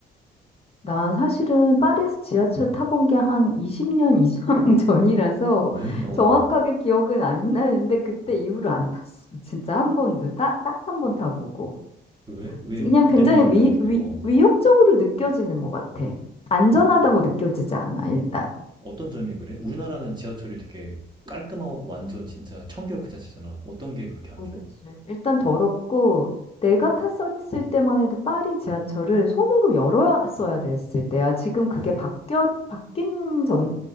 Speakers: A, on the left; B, on the right.
A: 나 사실은 파리에서 지하철 타본 게 한 20년 이상 <laughs> 전이라서
B: 에? 어, 어.
A: 정확하게 기억은 안 나는데 그때 이후로 안 탔어. 진짜 한 번도 딱, 딱 한 번 타보고.
B: 왜? 왜?
A: 그냥
B: 뭐
A: 굉장히
B: 때문에
A: 위,
B: 그렇게?
A: 위,
B: 어.
A: 위협적으로
B: 어.
A: 느껴지는 것 같아. 안전하다고 느껴지지 않아, 일단.
B: 어떤 점이 그래? 우리나라는 지하철이 되게 깔끔하고 완전 진짜 청결 그 자체잖아. 어떤 게 그렇게 안
A: 어,
B: 좋아?
A: 그치. 일단 더럽고, 내가 탔었을 때만 해도 파리 지하철을 손으로 열었어야 됐을 때야. 지금 그게
B: 에?
A: 바뀌어, 바뀐 전,